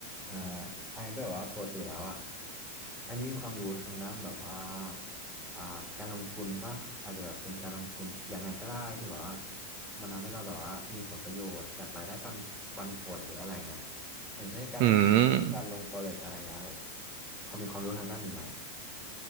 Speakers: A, in the centre; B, on the right.
A: อ่าไอแบบว่าปกติแล้วอ่ะไอมีความรู้ทางด้านแบบว่าอ่าการลงทุนป่ะอาจจะแบบเป็นการลงทุนยังไงก็ได้ที่แบบว่ามันทำให้เราแบบว่ามีผลประโยชน์จากรายได้ปันปันผลหรืออะไรเงี้ยอย่างเช่นการเล่น
B: อืม
A: การลง forex อะไรเงี้ยแบบพอมีความรู้ทางด้านนี้ไหมอ่ะ